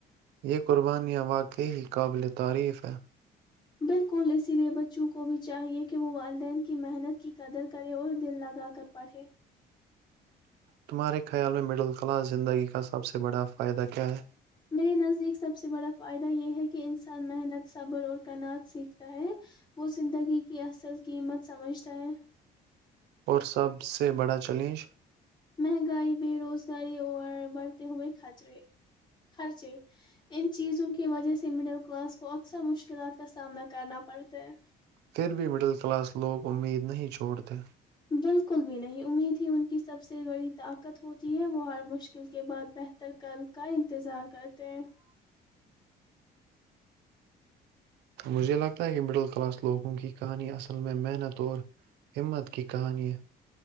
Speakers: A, on the right; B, on the left.
A: یہ قربان یاں واقع ہی قابل تعریف ہے
B: بالکل اسی لئے بچوں کو بھی چاہیئے کہ وہ والدین کی محنت کی قدر کرے اور دل لگا کر پڑھے
A: تمہارے خیال میں مڈل کلاس زندگی کا سب سے بڑا فائدہ کیا ہے
B: میرے نزدیک سب سے بڑا فائدہ یہ ہے کہ کہ انسان محنت صبر اور کناعات سیکھتا ہے وہ زندگی کی اصل قیمت سمجھتا ہے
A: اور سب سے بڑا چیلنج
B: مہنگائی بے روزگاری اور بڑھتے ہوئے خچرے خرچے ان چیزوں کی وجہ سے مڈل کلاس کو اکثر مشکلات کا سامنا کرنا پڑتا ہے
A: پھر بھی مڈل کلاس لوگ امید نہیں چھوڑتے
B: <unintelligible>
A: مجھے لگتا ہے کہ مڈل کلاس لوگوں کی کہانی اصل میں محنت اور ہمت کی کہانی